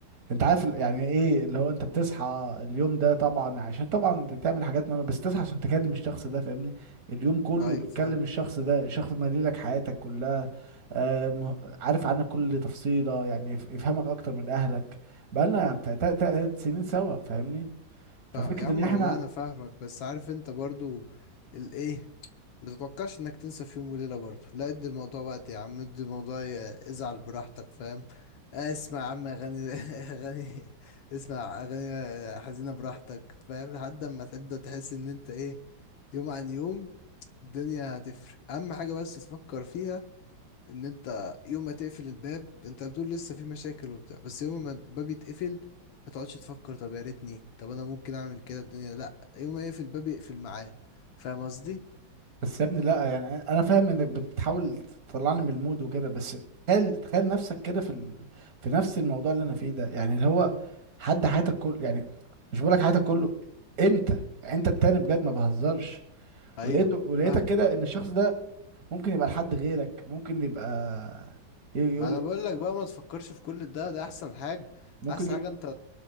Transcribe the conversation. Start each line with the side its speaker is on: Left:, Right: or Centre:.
Right: انت عارف ال- يعني ايه اللي هو انت بتصحى اليوم ده طبعا عشان طبعا تعمل حاجات مهمة بس تصحى عشان تكلم الشخص ده فاهمني اليوم كله
Left: ايوه
Right: بتكلم
Left: فاهم
Right: الشخص ده الشخص ده مالي لك حياتك كلها آه مه- عارف عنك كل تفصيلة يعني يف- يفهمك اكتر من اهلك بقالنا بتاع تلات سنين سوا فاهمني ففكرة
Left: فا- يا عم
Right: ان احنا
Left: والله انا فاهمك بس عارف انت برضو الايه متتوقعش انك تنسى في يوم وليلة برضه لا ادي الموضوع وقت يا عم ادي الموضوع ي- ازعل براحتك فاهم آه، اسمع يا عم اغاني <laughs> اغاني اسمع اغاني حزينة براحتك فاهم لحد اما تبدأ تحس ان انت ايه يوم عن يوم الدنيا هتفرق اهم حاجة بس تفكر فيها ان انت يوم ما تقفل الباب انت بتقول لسه في مشاكل وبتاع بس يوم ما الباب يتقفل ما تقعدش تفكر طب يا ريتني طب انا ممكن اعمل كده الدنيا لا يوم ما يقفل الباب يقفل معاه فاهم قصدي
Right: بس يا ابني لا يعني انا فاهم انك بت- بتحاول تطلعني من المود وكده بس تخيل تخيل نفسك كده في ال... في نفس الموضوع اللي انا فيه ده يعني اللي هو حد حياتك كله يعني مش بقولك حياتك كله انت يعني انت التاني بجد ما بهزرش
Left: ايوه
Right: ولقيته ولقيتك
Left: فاهم
Right: كده ان الشخص ده ممكن يبقى لحد غيرك ممكن يبقى ي- يقول
Left: ما انا بقول لك بقى ما تفكرش في كل ده ده احسن حاجه
Right: ممكن
Left: احسن
Right: ي...
Left: حاجه انت